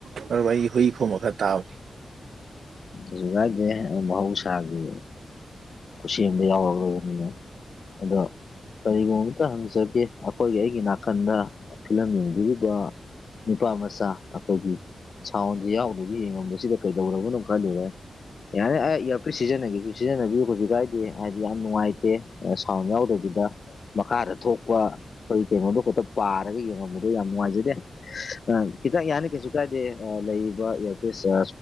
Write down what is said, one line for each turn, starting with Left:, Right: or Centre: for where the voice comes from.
Right: ꯄꯔꯋꯥꯏ ꯍꯏ ꯈꯣꯃꯒꯔ ꯇꯥꯕꯅꯤ
Left: ꯑꯁꯨꯒꯥꯗ ꯃꯍꯧ ꯁꯥꯒꯤ ꯈꯨꯁꯤ ꯑꯃꯗ ꯌꯥꯎꯔꯔꯕꯅꯤꯉ ꯑꯗꯣ ꯀꯔꯤꯒꯨꯝꯕ ꯑꯝꯇ ꯍꯪꯖꯒꯦ ꯑꯩꯈꯣꯏꯒꯤ ꯑꯩꯒꯤ ꯅꯥꯀꯟꯗ ꯐꯤꯂꯝ ꯌꯦꯡꯕꯤꯔꯤꯕ ꯅꯤꯄꯥ ꯃꯆꯥ ꯑꯩꯈꯣꯏꯒꯤ ꯁꯥꯎꯟꯁꯦ ꯌꯥꯎꯗꯕ ꯌꯦꯡꯉꯝꯕꯁꯤꯗ ꯀꯩꯗꯧꯔꯕꯅꯣ ꯈꯂꯨꯔꯦ ꯌꯥꯅꯤ ꯑꯩ ꯏꯌꯥꯔꯄ꯭ꯠ ꯁꯤꯖꯤꯟꯅꯒꯦꯁꯨ ꯁꯤꯖꯤꯟꯅꯕꯤꯌꯨ ꯀꯩꯁꯨ ꯀꯥꯏꯗꯦ ꯍꯥꯏꯗꯤ ꯌꯥꯝ ꯅꯨꯡꯉꯥꯏꯇꯦ ꯁꯥꯎꯟ ꯌꯥꯎꯗꯕꯤꯗ ꯃꯈꯥꯗ ꯊꯣꯛꯄ ꯑꯩꯈꯣꯏ ꯀꯩꯅꯣꯗꯣ ꯈꯛꯇ ꯄꯥꯔꯒ ꯌꯦꯡꯉꯝꯕꯗꯣ ꯌꯥꯝ ꯅꯨꯡꯉꯥꯏꯖꯗꯦ ꯑ ꯈꯤꯇ ꯌꯥꯅꯤ ꯀꯩꯁꯨ ꯀꯥꯏꯗꯦ ꯂꯩꯔꯤꯕ ꯏꯌꯥꯔꯄꯁ